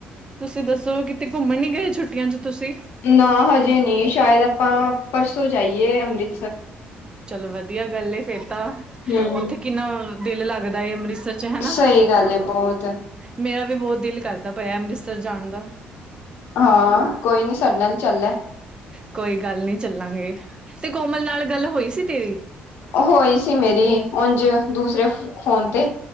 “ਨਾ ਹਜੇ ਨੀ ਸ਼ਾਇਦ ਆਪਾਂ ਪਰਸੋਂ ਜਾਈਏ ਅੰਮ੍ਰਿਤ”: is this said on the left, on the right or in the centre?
Left